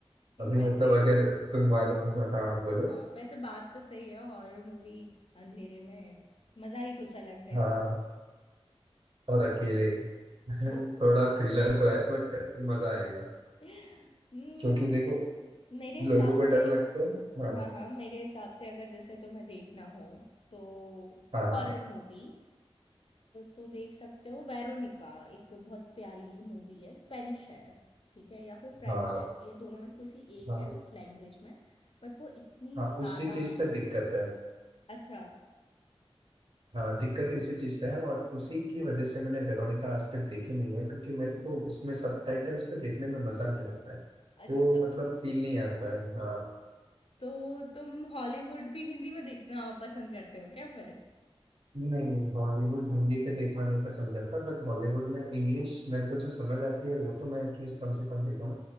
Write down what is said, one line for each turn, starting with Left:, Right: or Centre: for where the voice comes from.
Right: अभी
Left: वैसे
Right: मतलब अगर तुम मानो हाँ बोलो
Left: हाँ, वैसे बात तो सही है हॉरर मूवी अंधेरे में मज़ा ही कुछ अलग है।
Right: हाँ और अकेले <laughs>
Left: हाँ।
Right: थोड़ा थ्रिलर तो है बट मजा आएगा
Left: उम्म,
Right: क्योंकि देखो
Left: मेरे हिसाब
Right: लोगों को
Left: से
Right: डर लगता है
Left: हाँ,
Right: हाँ
Left: हाँ, मेरे हिसाब से अगर जैसे तुम्हें देखना हो तो
Right: हाँ हाँ
Left: हॉरर मूवी तो देख सकते हो वेरोनिका एक बहुत प्यारी मूवी है स्पेनिश है ठीक है या फिर फ्रेंच
Right: हाँ
Left: है ये दोनों में से कोई सी एक
Right: हाँ
Left: है लैंग्वेज में बट वो इतनी
Right: हाँ
Left: ज़्यादा
Right: उसी चीज पे दिक्कत है
Left: अच्छा
Right: हाँ दिक्कत ही उसी चीज पे है और उसी की वजह से मैंने वेरोनिका आज तक देखी नहीं है क्योंकि मेरे को उसमें सबटाइटल्स पे देखने में मजा नहीं आता है
Left: अच्छा
Right: वो
Left: तो
Right: मतलब फील नहीं आता है हाँ
Left: तो तुम हॉलीवुड भी हिंदी में देखना पसंद करते हो क्या फिर
Right: नहीं नहीं हॉलीवुड हिंदी पे देखना नहीं पसंद करता बट हॉलीवुड में इंग्लिश मेरे को जो समझ आती है वो तो मैं एटलीस्ट कम से कम देखूँ